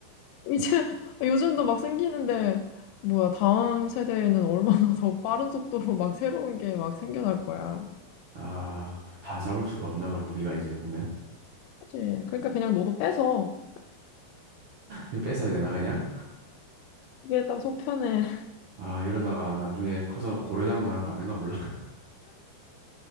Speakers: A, on the left; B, on the right.
A: <laughs> 이제 요즘도 막 생기는데 뭐야 다음 세대에는 얼마나 더 빠른 속도로 막 새로운 게 막 생겨날 거야.
B: 아, 다 잡을 수가 없나, 그럼 우리가 이제 보면?
A: 그치? 그러니까 그냥 너도 빼서
B: 이거 뺏어야 되나, 그냥?
A: 이게 딱 속편해.
B: 아, 이러다가 나중에 커서 고려장 당한 거 아닌가 몰라. <laughs>